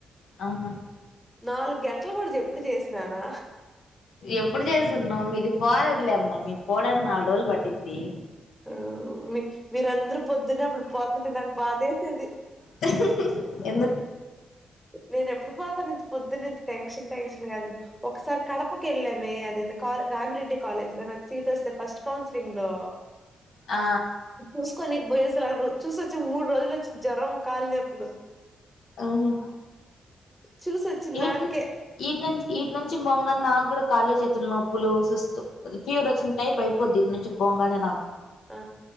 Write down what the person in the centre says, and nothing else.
నాలుగు గంటలు కూడా ఎప్పుడు చేసినానా
ఉ మీ మీరందరూ పొద్దున్న అప్పుడు పోతుంటే నాకు బాధ అయితది
నేను ఎప్పుడు పోతాను ఇంత ప్రొద్దున్నే ఇంత టెన్షన్ టెన్షన్ కాదు ఒకసారి కడపకి వెళ్ళమే అది కా రామి రెడ్డి కాలేజ్ లో నాకు సీట్ వస్తే ఫస్ట్ కౌన్సిలింగ్ లో
చూసుకొ నీకు పోయేసలాగు చూసొచ్చాం మూడు రోజులు వచ్చింది జ్వరం కాలి నొప్పులు
చూసొచ్చిన
దానికే
ఆ